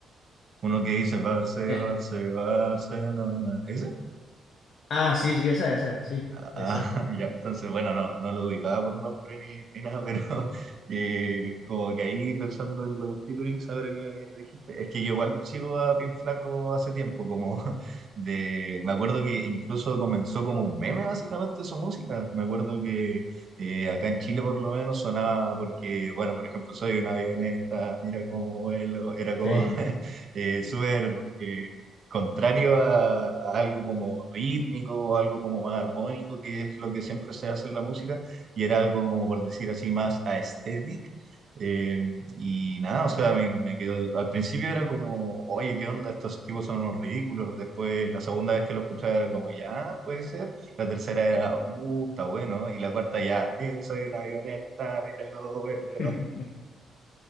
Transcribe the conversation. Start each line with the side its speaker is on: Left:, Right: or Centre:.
Right: uno que dice Barce,
Left: Eh,
Right: Barce, Barcelona. ¿Ese?
Left: ah, sí, sí, esa, esa, sí,
Right: Ah,
Left: exacto.
Right: <laughs> ya, entonces, bueno, no, no lo ubicaba por nombre ni, ni nada, pero <laughs> eh, como que ahí pensando en los featurings, ahora que me dijiste, es que yo igual sigo a Pin Flaco hace tiempo, como <laughs> de, me acuerdo que incluso comenzó como un meme básicamente su música, me acuerdo que eh, acá en Chile por lo menos sonaba porque, bueno, por ejemplo, soy una avioneta, mira cómo vuelo, era como
Left: Sí.
Right: <laughs> eh, súper... eh, contrario a, a algo como rítmico o algo como más armónico, que es lo que siempre se hace en la música, y era algo como por decir así más aesthetic. Eh, y nada, o sea, me, me quedó, al principio era como, oye, ¿qué onda? Estos tipos son unos ridículos. Después, la segunda vez que lo escuchaba era como, ya, puede ser. La tercera era, uh, está bueno. Y la cuarta ya, "Eh, soy una avioneta, mira cómo vuelo".
Left: <laughs>